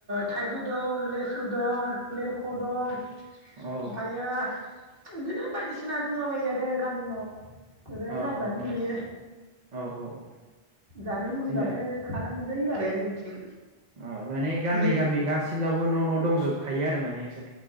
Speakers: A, on the right; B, on the right.
A: थाइजौ दं, लेसु दं, लेरख' दं ओमफ्रायो
B: अ
A: बिदिनो बायदिसिना दंला बायो आरो गामियाव। ओजाय
B: अ
A: नायबानो
B: अ अ
A: नुयो
B: औ औ औ
A: जानो लुुबैजानो
B: जोंनियाबो
A: खानांगौ। मोनजायो आरो जोंनिथिं
B: अ माने गामि
A: नो
B: गामि गासिमनावबो न' न' दंजोबखायो आरो माने नोंसोर